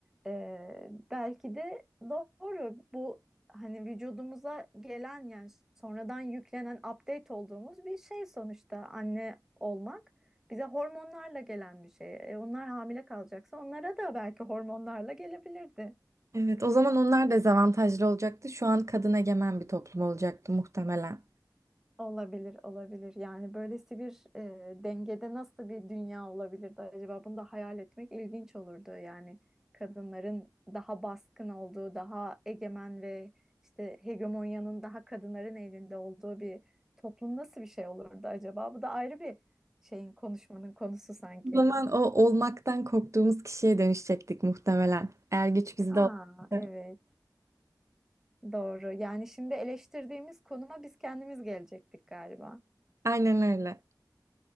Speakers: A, in the centre; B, on the right.
A: eee, belki de doğru bu hani vücudumuza gelen yani sonradan yüklenen update olduğumuz bir şey sonuçta anne olmak bize hormonlarla gelen bir şey. E, onlar hamile kalacaksa onlara da belki hormonlarla gelebilirdi.
B: Evet, o zaman onlar dezavantajlı olacaktı. Şu an kadın egemen bir toplum olacaktı muhtemelen.
A: Olabilir, olabilir. Yani böylesi bir e, dengede nasıl bir dünya olabilirdi acaba? Bunu da hayal etmek ilginç olurdu. Yani kadınların daha baskın olduğu, daha egemen ve işte hegemonyanın daha kadınların elinde olduğu bir toplum nasıl bir şey olurdu acaba? Bu da ayrı bir şeyin konuşmanın konusu sanki.
B: O zaman o olmaktan korktuğumuz kişiye dönüşecektik muhtemelen. Eğer güç bizde
A: Aa,
B: olsaydı.
A: evet, doğru. Yani şimdi eleştirdiğimiz konuma biz kendimiz gelecektik galiba.
B: Aynen öyle.